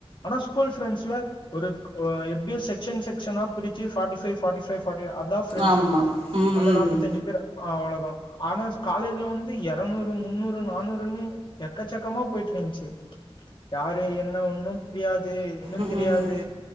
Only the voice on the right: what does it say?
ஆமா ம்
ம்